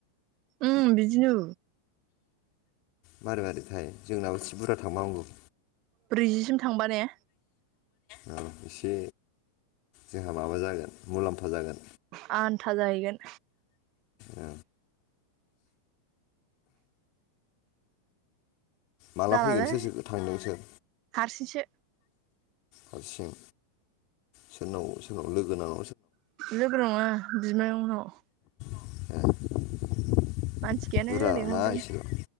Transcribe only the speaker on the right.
ओं बिदिनो
ब्रैजिसिम थांबा ने
आन्था जाहैगोन
जालालै
हारसिंसो
लोगो नङा बिमायंनाव
मानसि गैयानो
लेंहरदों